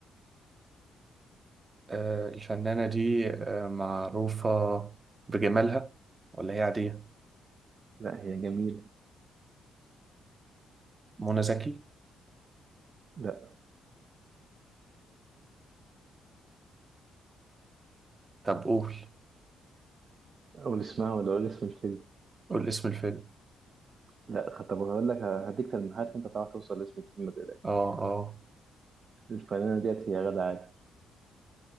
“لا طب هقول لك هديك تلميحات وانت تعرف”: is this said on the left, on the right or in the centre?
Right